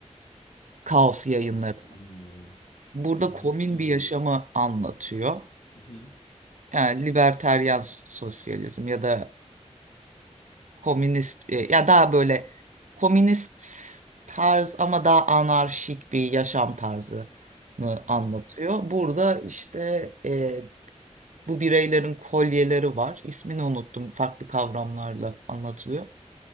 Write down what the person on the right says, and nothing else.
Kaos yayınları.
Burada
komün
bir yaşamı anlatıyor.
Yani liberteryan sosyalizm ya da komünist e, ya daha böyle komünist tarz ama daha anarşik bir yaşam tarzını anlatıyor. Burada işte e, bu bireylerin kolyeleri var. İsmini unuttum. Farklı kavramlarla anlatılıyor.